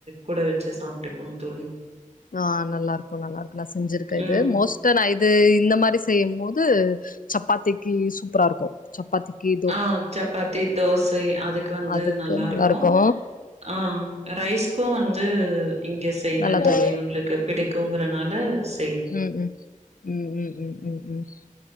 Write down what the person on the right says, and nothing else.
கூட வச்சு சாப்ட்டுக்குவோ தோழி
ம்
ஆ சப்பாத்தி தோசை அதுக்கு வந்து
நல்லாருக்கூ
ஆ ரைஸ்க்கூ வந்து இங்கே செய்வேன்
தோழி
இவுங்குளுக்கு பிடிக்கூங்கறனால ஸ்